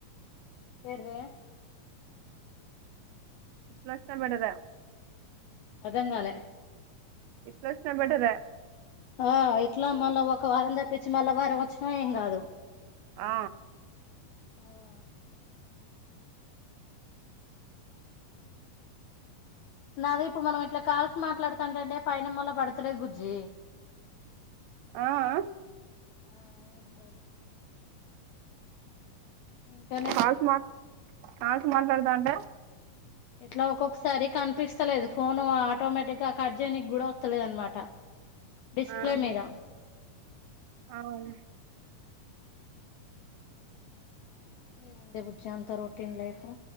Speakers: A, on the left; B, on the right.
A: ఏట్దే
B: <unintelligible>
A: ఆర్ధం కాలే
B: ఇట్లా వచ్చినట్టు ఉండాదా
A: ఆ ఇట్లా మళ్ళా ఒక వారం తప్పించి మళ్ళా వారం వచ్చినా ఏం కాదు
B: ఆ
A: ఆవునా నాది ఇప్పుడు మనం ఇట్లా కాల్స్ మాట్లాడుతాంటే పైన మరి నాకు పడతలే బుజ్జి
B: ఆ ఆ
A: ఆ ఏం లేదు ఇంకానే
B: కాల్స్ మా కాల్స్ మాట్లాడదా అంటే
A: ఇట్లా ఒక్కొక్కసారి కనిపిస్తలేదు ఫోన్ ఆటోమేటిక్ ఆ కట్ చేయనికి గుడా వస్తలేద అనమాట డిస్ప్లే
B: ఆహా
A: మీద
B: అవును
A: ఉమ్ ఏం ఉందే బుజ్జి అంత రొటీన్ లైఫ్